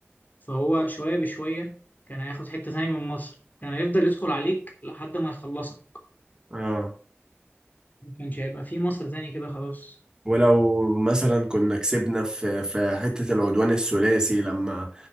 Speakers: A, on the left; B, on the right.
A: فهو شوية بشوية كان هياخد حتة تاني من مصر كان هيفضل يدخل عليك لحد ما يخلصك
B: اه
A: ما كانش هيبقى في مصر تاني كده خلاص
B: ولو مثلا كنا كسبنا في في حتة العدوان الثلاثي لما